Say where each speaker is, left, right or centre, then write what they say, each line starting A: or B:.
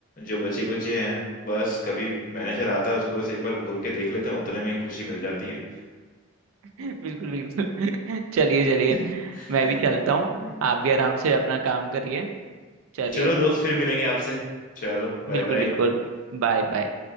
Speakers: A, on the left; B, on the right.
A: जो बचे कुचे हैं बस कभी मैनेजर आता है उसको बस एक बार घूर के देख लेते हैं उतने में ही खुशी मिल जाती है
B: <laughs> बिल्कुल बिल्कुल <laughs> चलिए
A: <laughs>
B: चलिए मैं भी चलता हूँ आप भी आराम से अपना काम करिए चलिए
A: चलो दोस्त फिर मिलेंगे आपसे चलो बाय
B: बिल्कुल
A: बाय
B: बिल्कुल Bye bye